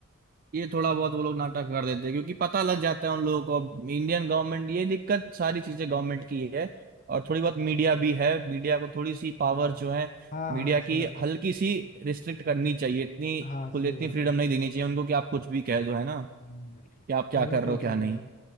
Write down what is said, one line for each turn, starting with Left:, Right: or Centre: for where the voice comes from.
Right: ये थोड़ा बहुत वो लोग नाटक कर देते हैं क्योंकि पता लग जाता है उन लोगों को अब इंडियन गवर्नमेंट ये दिक्कत सारी चीजें गवर्नमेंट की है और थोड़ी बहुत मीडिया भी है मीडिया को थोड़ी सी पावर जो है
Left: हाँ
Right: मीडिया
Left: हाँ सही
Right: की
Left: बात है
Right: हल्की सी रिस्ट्रिक्ट करनी चाहिए इतनी
Left: हाँ सही
Right: खुले इतनी
Left: बात
Right: फ्रीडम
Left: है
Right: नहीं देनी चाहिए उनको कि आप कुछ भी कह दो है ना
Left: हम्म,
Right: कि आप क्या
Left: चलो
Right: कर रहे
Left: ठीक
Right: हो क्या
Left: है
Right: नहीं
Left: यार